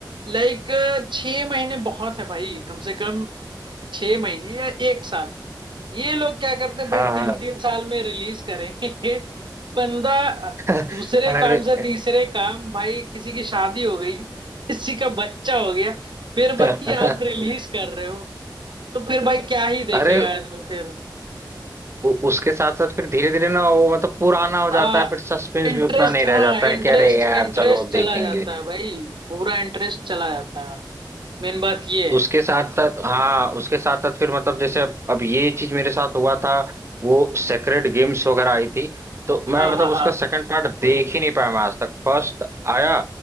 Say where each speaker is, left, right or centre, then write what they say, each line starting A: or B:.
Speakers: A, on the right; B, on the right.
A: लाइक छह महीने बहुत है भाई कम से कम छह महीने या एक साल ये लोग क्या करते हैं भाई
B: हाँ हाँ
A: तीन तीन साल में रिलीज करेंगे <laughs> बंदा अ,
B: <laughs>
A: दूसरे
B: अरे
A: काम से तीसरे काम भाई किसी की शादी हो गई किसी का बच्चा हो गया फिर भाई
B: <laughs>
A: आप रिलीज कर रहे हो तो फिर भाई क्या ही देखेगा
B: अरे
A: आदमी फिर।
B: उ, उसके साथ साथ फिर धीरे धीरे ना वो मतलब पुराना हो
A: हाँ
B: जाता है फिर सस्पेंस
A: इंटरेस्ट
B: भी उतना नहीं
A: हाँ
B: रह जाता है
A: इंटरेस्ट
B: कि अरे यार
A: इंटरेस्ट
B: चलो
A: चला
B: देखेंगे
A: जाता है भाई पूरा इंटरेस्ट चला जाता है मेन बात ये
B: उसके
A: है
B: साथ साथ हाँ उसके साथ साथ फिर मतलब जैसे अब अब ये चीज मेरे साथ हुआ था वो सेक्रेड गेम्स वगैरह आई थी तो
A: हाँ
B: मैं मतलब
A: हाँ हाँ
B: उसका सेकंड पार्ट देख ही नहीं पाया मैं आज तक फर्स्ट आया